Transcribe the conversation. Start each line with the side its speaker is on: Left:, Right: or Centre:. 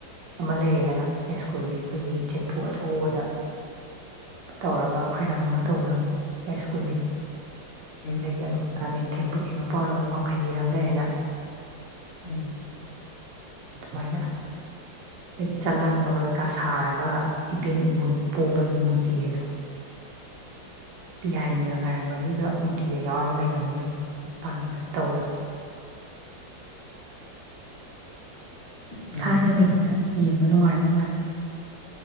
Right: ꯑꯃ ꯂꯩꯔꯦꯗꯅ ꯌꯥꯏꯁꯀꯨꯜꯒꯤ ꯑꯩꯈꯣꯏꯒꯤ ꯆꯦꯡꯐꯨ ꯑꯆꯧꯕꯗ ꯇꯧꯔꯒ ꯈꯣꯏꯔꯝꯃꯒ ꯇꯧꯕꯗꯣ ꯌꯥꯏꯁ꯭ꯀꯨꯜꯒꯤꯗꯣ
Left: ꯎꯝ
Right: ꯑꯗꯒꯤ ꯑꯃ <unintelligible> ꯊꯦꯝ ꯄꯨꯨꯀꯤ ꯃꯄꯥꯜ ꯋꯥꯡꯈꯩꯒꯤꯗ ꯑꯃ ꯂꯩꯔꯦꯅ
Left: ꯎꯝ
Right: ꯃꯥꯏꯅ ꯑꯗꯒꯤ ꯆꯂꯥꯝꯕꯒ ꯀꯩꯀꯥ ꯁꯥꯔꯒ, ꯏꯕꯦꯟ ꯏꯃꯣꯏꯅꯨ ꯄꯣꯕꯒꯤ ꯃꯨꯔꯇꯤ ꯒꯗꯣ ꯄꯤꯌꯥꯏꯅꯨꯅ ꯉꯥꯏꯔꯝꯕꯒꯤꯒ <unintelligible> ꯌꯥꯎꯔꯒ ꯂꯩꯕꯗ ꯃꯣꯏ ꯄꯥꯟꯒꯤꯗ ꯇꯧꯕꯗꯣ
Left: ꯎꯝ
Right: ꯊꯥꯏꯅ ꯅꯩꯅ ꯌꯦꯡꯑꯣ ꯅꯨꯡꯉꯥꯏꯕ ꯃꯥꯜꯂꯦ